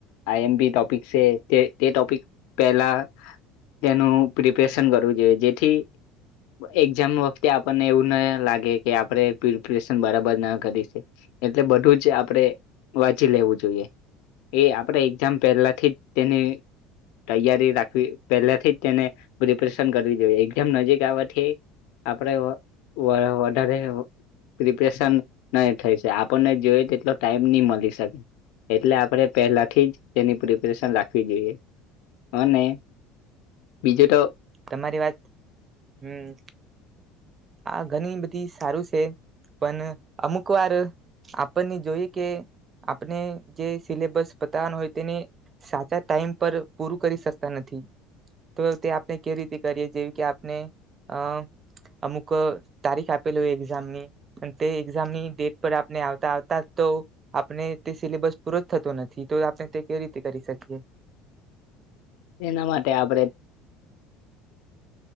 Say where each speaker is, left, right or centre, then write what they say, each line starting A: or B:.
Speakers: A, on the left; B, on the right.
A: આઈ એમ પી ટોપિક છે તે તે ટોપિક પહેલા તેનું પ્રિપરેશન કરવું જોઈએ જેથી એક્ઝામ વખતે આપણને એવું ના લાગે કે આપણે પ્રિપરેશન બરાબર ના કરી એટલે બધું જ આપણે વાંચી લેવું જોઈએ એ આપણે એક્ઝામ પહેલાથી જ તેની તૈયારી રાખવી પહેલાથી જ તેને પ્રિપરેશન કરવી જોઈએ એક્ઝામ નજીક આવવાથી આપણે વા વધારે પ્રિપરેશન નહી થઈ શકે આપણને જોઈ તેટલો ટાઈમ નહી મળી શકે એટલે આપણે પહેલાથી જ તેની પ્રિપેરેશન રાખ આપી દે અને બીજું તો
B: તમારી વાત હમ્મ આ ઘણી બધી સારું છે પણ અમુક વાર આપણને જોઈએ કે આપણે જે સિલેબસ પતાવવાનો હોય તેને સાચા ટાઈમ પર પૂરું કરી શકતા નથી તો તે અપ આપ કેવી રીતે કરીએ જેવી કે આપને આ અમુક તારીખ આપેલી હોય એક્ઝામની અને તે એક્ઝામની ડેટ પર આપણે આવતા આવતા તો આપણે તે સિલેબસ પૂરો જ થતો નથી તો આપણે કેવી રીતે કરી શકીએ
A: એના માટે આપડે